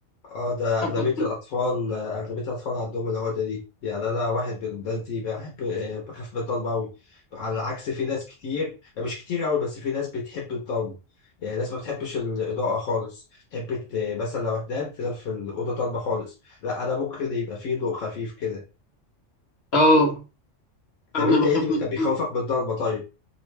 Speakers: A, on the left (about 85°); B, on the left (about 55°).
A: أه ده
B: بخاف
A: أغلبية
B: من الضلمة
A: الأطفال أغلبية الأطفال عندهم العقدة دي. يعني أنا واحد من الناس دي بحب آه، بخاف من الضلمة أوي. على العكس في ناس كتير مش كتير أوي بس في ناس بتحب الضلمة. يعني ناس ما بتحبش الإضاءة خالص، تحب ت- مثلا لو هتنام تنام في الأوضة ضلمة خالص، لا أنا ممكن يبقى فيه ضوء خفيف كده.
B: آه
A: طب
B: أنا
A: أنت
B: بخاف
A: إيه اللي بيخ-
B: من الضلمة
A: بيخوفك من الضلمة طيب؟